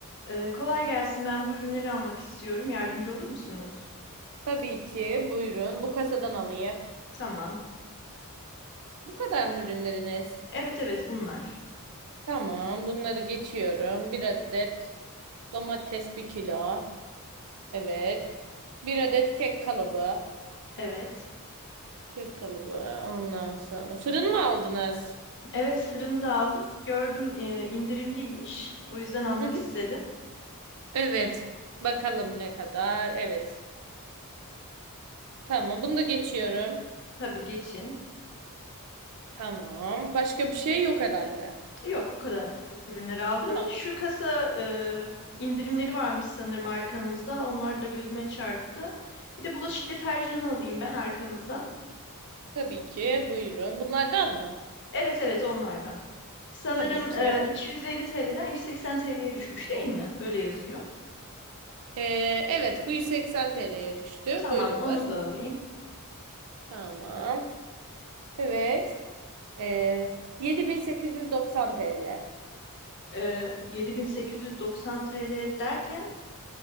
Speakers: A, on the left; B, on the right.
A: Ee, kolay gelsin. Ben bu ürünleri almak istiyorum. Yardımcı olur musunuz?
B: Tabii ki. Buyurun. Bu kasadan alayım.
A: Tamam.
B: Bu kadar mı ürünleriniz?
A: Evet evet bunlar.
B: Tamam. Bunları geçiyorum. Bir adet domates bir kilo. Evet. Bir adet kek kalıbı.
A: Evet.
B: Kek kalıbı. Ondan sonra. Fırın mı aldınız?
A: Evet fırını da aldım. Gördüm e, indirimliymiş. O yüzden almak
B: Hı hı.
A: istedim.
B: Evet. Bakalım ne kadar. Evet. Tamam. Bunu da geçiyorum.
A: Tabii geçin.
B: Tamam. Başka bir şey yok herhalde.
A: Yok bu kadarlık ürünleri aldım.
B: Tamam.
A: Şu kasa e, indirimleri varmış sanırım arkanızda. Onlar da gözüme çarptı. Bir de bulaşık deterjanı alayım ben arkanızdan.
B: Tabii ki. Buyurun. Bunlardan mı?
A: Evet evet onlardan. Sanırım
B: Tabii ki.
A: e, 250 TL'den 180 TL'ye düşmüş değil mi? Öyle yazıyor.
B: Ee, evet. Bu 180 TL'ye düştü.
A: Tamam,
B: Buyurunuz.
A: onu da alayım.
B: Tamam. Evet. Ee, 7890 TL.
A: Ee, 7890 TL derken